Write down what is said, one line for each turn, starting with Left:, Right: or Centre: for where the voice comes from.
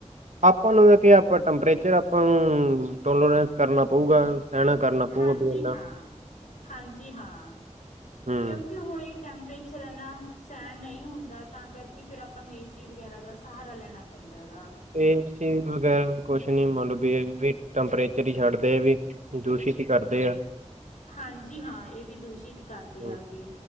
Right: ਆਪਾਂ ਨੂੰ ਆਪਾਂ ਟੈਂਪਰੇਚਰ ਆਪਾਂ ਨੂੰ ਟੋਲਰੈਂਸ ਕਰਨਾ ਪਊਗਾ। ਸਹਿਣਾ ਕਰਨਾ ਪਊਗਾ
Left: ਹਾਂਜੀ
Right: ਵੀ ਇੰਨਾ
Left: ਹਾਂ, ਹਾਂਜੀ ਹਾਂ,
Right: ਹੂੰ
Left: ਕਿਉਂਕਿ ਹੁਣ ਇਹ ਟੈਂਪਰੇਚਰ ਐਨਾ ਸਹਿਣ ਨਹੀਂ ਹੁੰਦਾ ਤਾਂ ਕਰਕੇ ਫਿਰ ਆਪਾਂ ਨੂੰ ਏ ਸੀ ਵਗੈਰਾ ਦਾ ਸਹਾਰਾ ਲੈਣਾ ਪੈਂਦਾ। ਹੈਗਾ।
Right: ਇਹ ਚੀਜ਼ ਵਗੈਰਾ ਵੀ ਕੁਛ ਨੀ ਮਤਲਬ ਟੈਂਪਰੇਚਰ ਹੀ ਛੱਡਦੇ ਆ ਵੀ, ਦੂਸ਼ਿਤ ਹੀ ਕਰਦੇ ਆ।
Left: ਹਾਂਜੀ ਹਾਂ ਇਹ ਵੀ ਦੂਸ਼ਿਤ ਕਰਦੇ
Right: ਹੂੰ
Left: ਆ ਕੇ,